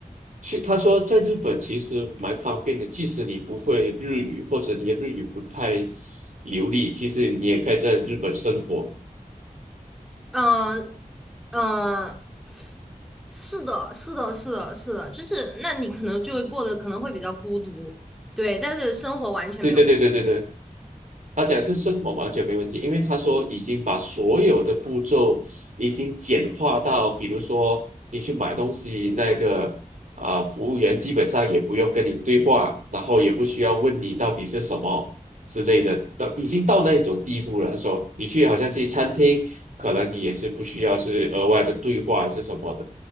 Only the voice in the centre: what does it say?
嗯嗯，是的，是的，是的，是的，就是那你可能就会过得可能会比较孤独，对，但是生活完全没有。